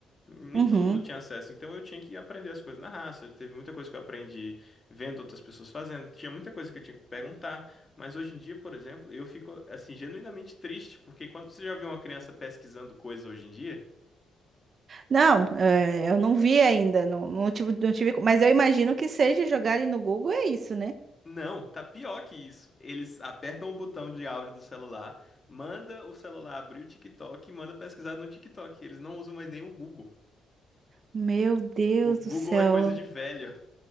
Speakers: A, on the left; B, on the right.
A: Nem
B: uhum.
A: todo mundo tinha acesso, então eu tinha que aprender as coisas na raça. Teve muita coisa que eu aprendi vendo outras pessoas fazendo, tinha muita coisa que eu tinha que perguntar, mas hoje em dia, por exemplo, eu fico assim genuinamente triste, porque quando você já vê uma criança pesquisando coisa hoje em dia,
B: Não, é, eu não vi ainda, não, não tive, não tive, mas eu imagino que seja jogar ali no Google, é isso, né?
A: Não, tá pior que isso. Eles apertam o botão de áudio do celular, manda o celular abrir o TikTok e manda pesquisar no TikTok. Eles não usam mais nem o Google.
B: Meu Deus
A: Gu- Google
B: do céu.
A: é coisa de velho.